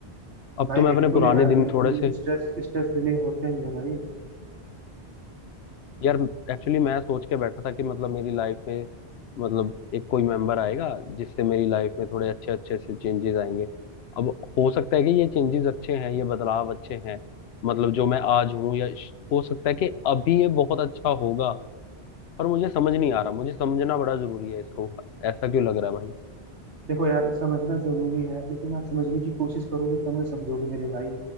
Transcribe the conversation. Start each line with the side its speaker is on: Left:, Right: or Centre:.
Left: अब
Right: भाई
Left: तो मैं
Right: बिल्कुल
Left: अपने पुराने
Right: बिल्कुल यार
Left: दिन
Right: बिल्कुल
Left: थोड़े
Right: बिल्कुल
Left: से
Right: स्ट्रेस स्ट्रेस रिलीव होता ही है भाई
Left: यार एक्चुअली मैं सोच के बैठा था कि मतलब मेरी लाइफ में मतलब एक कोई मेंबर आएगा जिससे मेरी लाइफ में थोड़े अच्छे अच्छे से चेंजेस आएंगे अब हो सकता है कि ये चेंजेस अच्छे हैं ये बदलाव अच्छे हैं मतलब जो मैं आज हूँ या श- हो सकता है कि अभी ये बहुत अच्छा होगा पर मुझे समझ नहीं आ रहा मुझे समझना बड़ा जरूरी है इसको ऐसा क्यों लग रहा है भाई
Right: देखो यार समझना जरूरी है लेकिन आप समझने की कोशिश करोगे तब ना समझोगे मेरे भाई